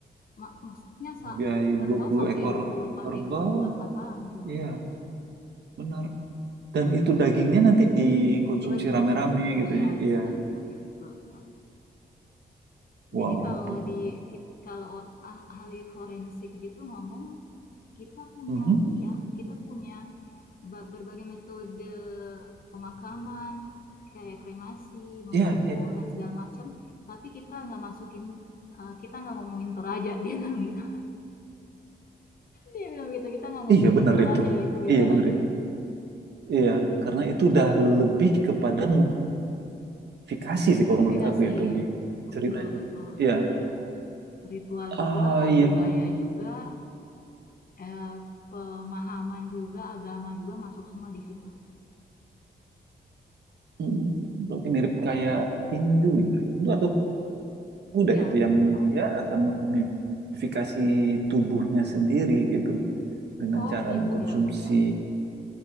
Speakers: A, on the left; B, on the right.
A: mak maksudnya sa
B: biaya
A: kerbau
B: dua puluh
A: sampai
B: ekor
A: 24
B: kerbau.
A: ekor buat apaan coba?
B: Iya, benar. Dan itu dagingnya nanti dikonsumsi
A: Dibagi-bagi.
B: rame-rame gitu
A: Iya,
B: ya. Iya.
A: rame-rame, betul betul. Jadi
B: Wow.
A: kalau
B: 20.
A: di kalau ah- ahli forensik gitu ngomong, kita punya
B: Mhm.
A: ini ya, kita punya berbagai metode pemakaman, kayak kremasi, mengubur
B: Iya, iya.
A: dan segala macam, tapi kita nggak masukin eh, kita nggak ngomongin Toraja <laughs> dia bilang gitu. Dia bilang gitu, kita nggak ngomongin
B: Iya
A: ke
B: benar
A: Toraja
B: itu.
A: ya itu beda
B: Iya benar
A: lagi.
B: itu. Iya, karena itu udah lebih kepada mumifikasi sih
A: Mumifikasi,
B: kalau menurut aku itu lebih
A: betul
B: ceritanya.
A: betul.
B: Iya.
A: Ritual
B: Ah
A: juga,
B: iya.
A: budaya juga, eh, pemahaman juga agama juga masuk semua di situ
B: Mm. Berarti mirip kayak Hindu ya. Hindu atau Buddha
A: iya
B: itu yang
A: eh,
B: dia
A: Hindu
B: akan memumifikasi tubuhnya sendiri gitu dengan
A: oh
B: cara mengkonsumsi
A: Buddha Buddha